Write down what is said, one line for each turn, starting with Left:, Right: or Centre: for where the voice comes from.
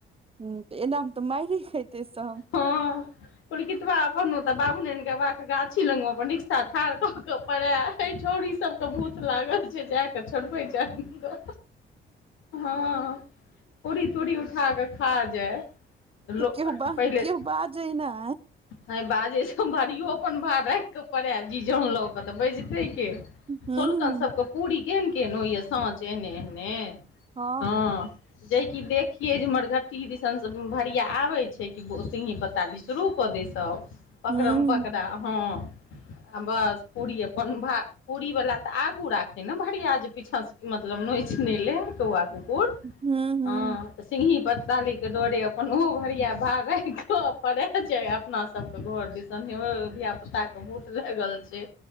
Right: हुँ तऽ एनामे तऽ माईरे खेतै सब
Left: हँ पुल्कित्वा अपन ओतऽ बाबू नरायन बाबा केँ गाछी लग मऽ अपन रिक्सा ठार कऽ कऽ परैल एय छौड़ी सब केँ भूत लागल छै जाय केँ छोड़बे जाही गऽ हँ पूरी तूरी उठा कऽ खा जाय पहिले
Right: तऽ किओ ब किओ बाजै नै
Left: हँ बाजेसँ भरियो अपन भार राखि कऽ पड़य जी जान लऽ कऽ तऽ बैजतै केँ
Right: हँ
Left: सोलकन
Right: हँ
Left: सभ केँ पूरी केहन केहन होइय साँच एहने एहने
Right: ह
Left: हँ जेकि देखिये जे मरघट्टी दिसन भरिया आबे छै कि सिगहि पता शुरू कऽ दै सभ पकड़म
Right: ह ह
Left: पकड़ा हँ आ बस पूरी अपन भा पूरी बला तऽ आगू राख छै ने भरिआ जे पीछाँसँ मतलब नहि लेय कौआ कुकुर
Right: ह ह
Left: हँ तऽ सिंगही पतडाली केँ डरे अपन ओहो भरिया भार राखऽ कऽ पड़ै जाय अपना सबके घर दिसने हे हो धिया पुता केँ भूत लागल छै